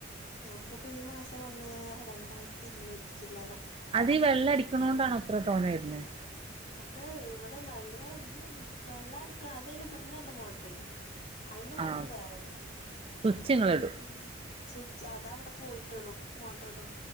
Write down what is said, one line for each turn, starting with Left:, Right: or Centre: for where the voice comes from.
Left: ഞങ്ങക്കിപ്പൊ ഈ മാസം വന്ന് രണ്ടായിരത്തി ഇരുന്നൂറ്റി ചില്ലാനം
Right: അത് ഈ വെള്ളം അടിക്കണോണ്ടാണോ ഇത്ര തോനെ വരുന്നേ
Left: അത് ഇവിടെ ഭയങ്കര ഇത് ഇണ്ട് വെള്ളം എടുക്ക അത് അയിന് ഇവിടുന്നല്ല മോട്ടറെ അയിന്റെ മോട്ടർ
Right: ആഹ്
Left: വേറേണ്
Right: സ്വിച്ച് ഇങ്ങളിടും
Left: ഉം സ്വിച്ച് അത് അവിടെ പോയിട്ട് ഇടും മോട്ടർ ഇടും